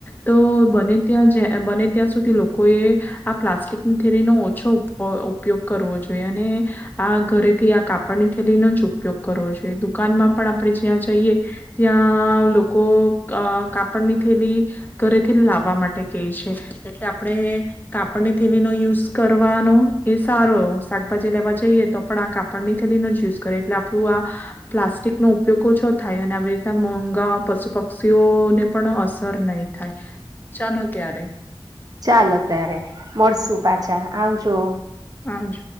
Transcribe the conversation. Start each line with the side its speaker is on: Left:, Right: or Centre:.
Left: તો બને ત્યાં બને ત્યાં સુધી લોકોએ આ પ્લાસ્ટિકની થેરીનોો ઓછો ઉપયોગ કરવો જોઈએ જો અને આ ઘરે થી આ કાપડની થેલીનો જ ઉપયોગ કરવો જોઈએ દુકાનમાં પણ આપણે જ્યાં જઈએ ત્યાં લોકો કાપડની થેલી ઘરેથી લાવવા માટે ક છે હ એટલે આપણે કાપડની થેલીનોો યુઝ કરવાનો એ સારો એ શાકભાજી લેવા જઈએ તો પણ આ કાપડની થેલીનોો જ યુઝ કરીએ એટલે આપણું આ પ્લાસ્ટિક નો ઉપયોગ ઓછો થાય અને આવી રીતના મોંઘા પશુ પક્ષીઓને પણ અસર નહી થાય ચાલો ત્યારે
Right: ચાલો ત્યારે મળશુ પાછા આવજો
Left: હજ